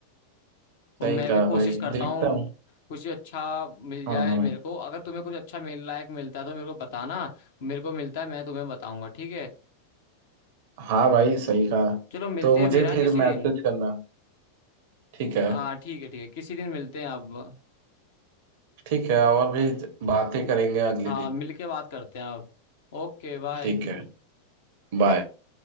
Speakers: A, on the left; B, on the right.
A: और
B: सही
A: मैं
B: कहा
A: भी कोशिश
B: भाई
A: करता
B: देखता
A: हूँ
B: हूँ
A: कुछ अच्छा मिल जाए
B: हाँ हाँ
A: मेरे को अगर तुम्हें कुछ अच्छा मिल लायक मिलता है तो मेरे को बताना मेरे को मिलता है मैं तुम्हें बताऊंगा ठीक है
B: हाँ भाई सही कहा
A: चलो मिलते
B: तो मुझे
A: हैं फिर हाँ
B: फिर
A: किसी दिन
B: मैसेज करना ठीक है
A: हाँ ठीक है ठीक है किसी दिन मिलते हैं अब
B: ठीक है और भी बातें करेंगे अगले
A: हाँ
B: दिन
A: मिल के बात करते हैं अब Okay bye
B: ठीक है बाय